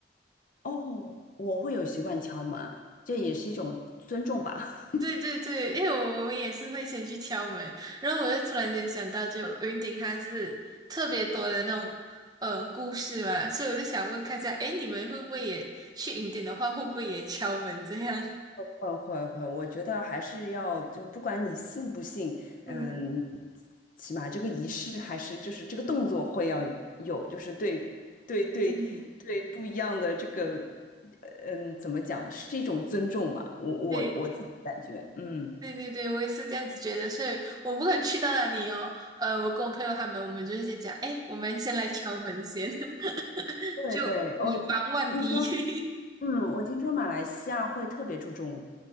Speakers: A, on the left; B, on the right.
A: 哦，我会有习惯敲门，这也是一种尊重吧。<laughs>
B: 对对对，因为我们也是会先去敲门，然后我就突然间想到，就云顶它是特别多的那种嗯呃故事嘛，所以我就想问看一下，诶，你们会不会也去云顶的话，会不会也敲门这样？
A: 会会会，我觉得还是要就不管你信不信，
B: 嗯
A: 嗯，起码这个仪式还是就是这个动作会要有，就是对对对对不一样的这个，
B: 嗯，
A: 呃嗯，怎么讲，是一种尊重吧。我我我自己感觉，
B: <laughs> 对
A: 嗯，
B: 对对对，我也是这样子觉得，所以我不管去到哪里哦，呃，我跟我朋友他们，我们就会先讲，诶，我们先来敲门先，<laughs>
A: 对对，
B: 就以防万一。
A: 我听我听说
B: <laughs>
A: 嗯，我听说马来西亚会特别注重，